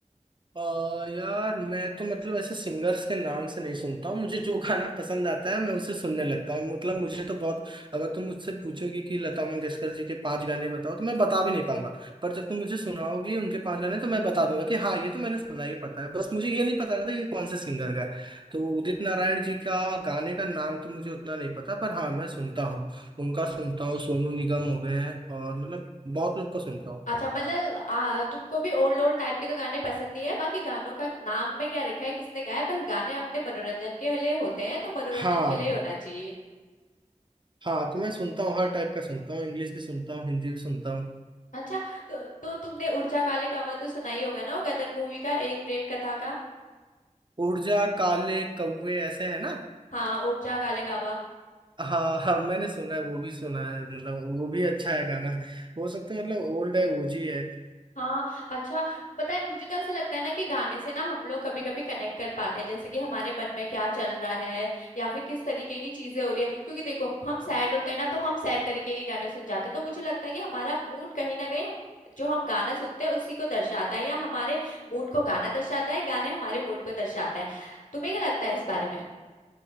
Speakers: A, on the right; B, on the left.
A: अ, यार मैं तो मतलब ऐसे सिंगर्स के नाम से नहीं सुनता हूँ मुझे जो गाना पसंद आता है मैं उसे सुनने लगता हूँ मतलब मुझे तो बहुत अगर तुम मुझसे पूछोगे कि लता मंगेशकर जी के पांच गाने बताओ तो मैं बता भी नहीं पाऊंगा पर जब तुम मुझे सुनाओगे उनके पांच गाने तो मैं बता दूंगा कि हाँ ये तो मैंने सुना ये पता है बस मुझे ये नहीं पता था कि ये कौन से सिंगर का है तो उदित नारायण जी का गाने का नाम तो मुझे उतना नहीं पता पर हाँ मैं सुनता हूँ उनका सुनता हूँ सोनू निगम हो गए हैं और मतलब बहुत लोग का सुनता हूँ
B: अच्छा मतलब आ, तुमको भी ओल्ड ओल्ड टाइप के तो गाने पसंद ही है बाकी गानों का नाम में क्या रखा है किसने गाया है, बस गाने अपने मनोरंजन के लिए होते हैं तो मनोरंजन
A: हाँ
B: के लिए होना चाहिए
A: हाँ तो मैं सुनता हूँ हर टाइप का सुनता हूँ इंग्लिश भी सुनता हूँ हिंदी भी सुनता हूँ
B: अच्छा तो तो तुमने उड़चा काले कावा तो सुना ही होगा ना वो गदर मूवी का एक प्रेम कथा का
A: ऊर्जा काले कौवे ऐसे है ना
B: हाँ उड़चा काले कावा
A: हाँ हाँ मैंने सुना है वो भी सुना है मतलब वो भी अच्छा है गाना हो सकता है मतलब ओल्ड है ओजी है
B: हाँ अच्छा पता है मुझे तो ऐसा लगता है ना कि गाने से ना हम लोग कभी कभी कनेक्ट कर पाते हैं जैसे कि हमारे मन में क्या चल रहा है या फिर किस तरीके की चीजें हो रही है क्योंकि देखो हम सैड होते हैं ना तो हम सैड तरीके के गाने सुन जाते हैं तो मुझे लगता है कि हमारा मूड कहीं ना कहीं हम जो हम गाना सुनते हैं उसी को दर्शाता है या हमारे मूड को गाना दर्शाता है गाने हमारे मूड को दर्शाता है तुम्हें क्या लगता है इस बारे में